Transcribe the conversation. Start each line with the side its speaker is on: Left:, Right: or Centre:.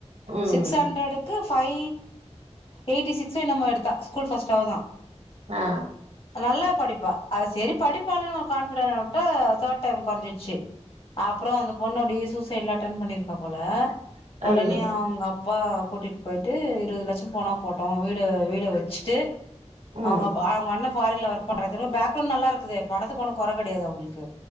Right: ம்
Left: சிக்ஸ் ஹண்ட்ரடுக்கு ஃபை எயிட்டி சிக்ஸோ என்னமோ எடுத்தா ஸ்கூல் ஃபர்ஸ்ட் அவதா
Right: ஆ
Left: நல்லா படிப்பா அது செரி படிப் பான் ஒரு கான்ஃபிடன் உட்டா தேர்ட் டைம் குறஞ்சிருச்சு அப்றோ அந்த பொண்ணு அப்டியே சூசைட்லா அட்டன் பண்ணிருப்பா போல ஒடனே
Right: ஐயோ
Left: அவங்கப்பா கூட்டிட்டு போயி்ட்டு இருவது லட்சோ போனா போட்டு வீடு வீட வெ ச்சிட்டு
Right: ம்
Left: அவங்க அப் அவங்க அண்ண ஃபாரின்ல ஒர்க் பண்றா இது வந் பேக்ரவுண்ட் நல்லா இருக்குது பணத்துக்கொன்னு கொற கெடையாது அவங்களுக்கு